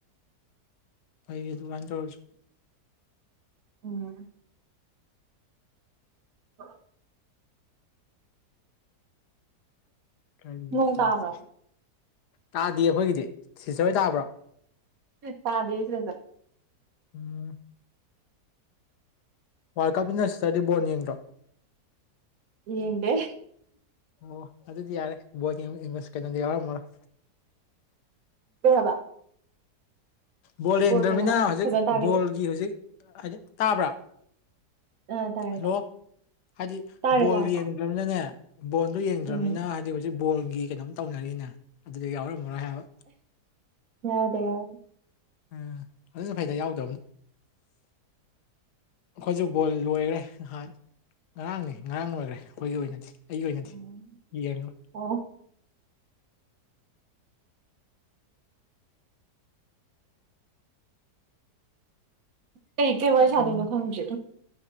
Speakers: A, on the left; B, on the right.
A: ꯐꯩꯌꯦ ꯑꯗꯨꯃꯥꯏꯟ ꯇꯧꯔꯖꯨ
B: ꯎꯝ <inaudible>
A: ꯀꯔꯤ
B: ꯅꯣꯡ
A: ꯇꯧꯖꯤꯒꯦ
B: ꯇꯥꯕ꯭ꯔꯥ
A: ꯇꯥꯗꯤ ꯑꯩꯈꯣꯏꯒꯤꯗꯤ ꯁꯤꯁꯇ꯭ꯔ ꯈꯣꯏ ꯇꯥꯕ꯭ꯔꯣ
B: ꯄꯗꯦ <unintelligible>
A: ꯎꯝ ꯋꯥꯔꯜ ꯀꯞꯅꯤꯅ ꯁꯤꯁꯇꯔꯗꯤ ꯕꯣꯟ ꯌꯦꯡꯗ꯭ꯔꯣ
B: ꯌꯦꯡꯂꯦ
A: ꯑꯣ ꯑꯗꯨꯗꯤ ꯌꯥꯔꯦ ꯕꯣꯏꯗꯤꯝ ꯏꯝꯃꯁ ꯀꯩꯅꯣꯗ ꯌꯥꯎꯔꯝꯃꯔꯣꯏ
B: ꯊꯕ
A: ꯕꯣꯜ ꯌꯦꯡꯗ꯭ꯔꯅꯤꯅ
B: ꯀꯩ ꯍꯥꯏꯕ
A: ꯍꯧꯖꯤꯛ
B: ꯐꯖꯅ ꯇꯥꯒꯤꯗ꯭ꯔꯦ
A: ꯕꯣꯜꯒꯤ ꯍꯧꯖꯤꯛ ꯍꯥꯏꯗꯤ ꯇꯥꯕ꯭ꯔꯥ
B: ꯑꯥ ꯇꯥꯔꯦ
A: ꯍꯜꯂꯣ
B: ꯇꯥꯔꯦ
A: ꯍꯥꯏꯗꯤ
B: ꯇꯥꯔꯦ
A: ꯕꯣꯜ
B: ꯇꯥꯔꯦ
A: ꯌꯦꯡꯗ꯭ꯔꯕꯅꯤꯅꯅꯦ ꯕꯣꯟꯗꯤ ꯌꯦꯡꯗ꯭ꯔꯕꯅꯤꯅ
B: ꯎꯝ
A: ꯍꯥꯏꯗꯤ ꯍꯧꯖꯤꯛ ꯕꯣꯜꯒꯤ ꯀꯩꯅꯣꯝ ꯇꯧꯅꯔꯤꯅ ꯑꯗꯨꯗ ꯌꯥꯎꯔꯝꯃꯔꯣꯏ ꯍꯥꯏꯕ
B: ꯌꯥꯎꯗꯦ ꯌꯥꯎ
A: ꯎꯝ ꯑꯗꯨꯁꯨ ꯐꯩꯗ ꯌꯥꯎꯗꯕꯅ ꯑꯩꯈꯣꯏꯁꯨ ꯕꯣꯜ ꯂꯣꯏꯈ꯭ꯔꯦ ꯅꯍꯥꯟ ꯉꯔꯥꯡꯅꯦ ꯉꯔꯥꯡ ꯂꯣꯏꯈ꯭ꯔꯦ ꯑꯩꯈꯣꯏꯒꯤ ꯑꯣꯏꯅꯗꯤ ꯑꯩꯒꯤ ꯑꯣꯏꯅꯗꯤ
B: ꯎꯝ
A: ꯌꯦꯡꯉꯣ
B: ꯑꯣ ꯀꯩ ꯀꯩ ꯋꯥꯔꯤ ꯁꯥꯗꯣꯏꯅꯣ
A: ꯎꯝ
B: ꯈꯪꯗ꯭ꯔꯦ